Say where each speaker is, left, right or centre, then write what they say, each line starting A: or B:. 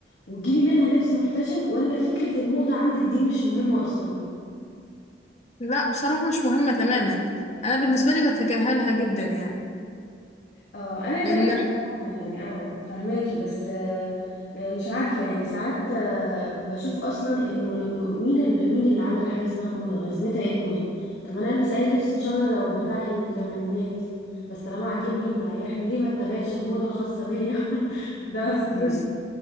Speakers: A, on the left (about 70°); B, on the left (about 40°).
A: وتجيبي منها لبس محتشم ولا فكره الموضه عندك دي مش مهمه اصلا
B: لا بصراحة مش مهمة تماما انا بالنسبة لي بتجاهلها جدا يعني
A: اه انا
B: لان
A: كمان بصراحه يعني اه فهماكي بس آه، آه، مش عارفه يعني ساعات آه، بشوف اصلا انه انه مين ال- مين اللي عمل حاجه اسمها موضه لازمتها ايه الموضه طب ما انا البس اي لبس ان شاء الله لو بتاع التمانينات بس طالما عاجبني ومريحني ليه ما اتبعش الموضه الخاصه بيا <laughs> ده قصدي
B: بس-
A: يعني